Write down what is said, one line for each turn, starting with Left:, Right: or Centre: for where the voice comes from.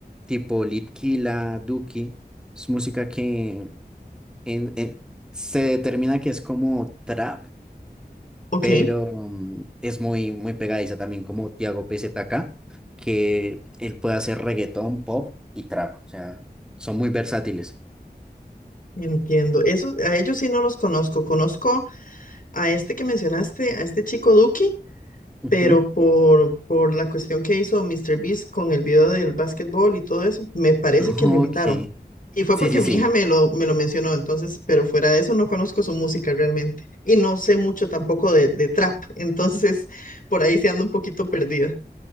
Centre: tipo Litkila, Duki, es música que en- en- se determina que es como trap,
Left: Ok,
Centre: pero mm, es muy, muy pegadiza también como Tiago PZK, que él puede hacer reggaetón, pop y trap, o sea, son muy versátiles.
Left: entiendo. Eso, a ellos sí no los conozco. Conozco a este que mencionaste, a este chico Duki,
Centre: Ujú.
Left: pero por, por la cuestión que hizo Mr. Beast con el video del básquetbol y todo eso, me parece
Centre: <laughs>
Left: que
Centre: Ok,
Left: lo invitaron.
Centre: sí,
Left: Y fue porque
Centre: sí, sí,
Left: mi hija me lo, me lo mencionó, entonces, pero fuera de eso no conozco su música realmente. Y no sé mucho tampoco de, de trap, <laughs> entonces por ahí se anda un poquito perdida.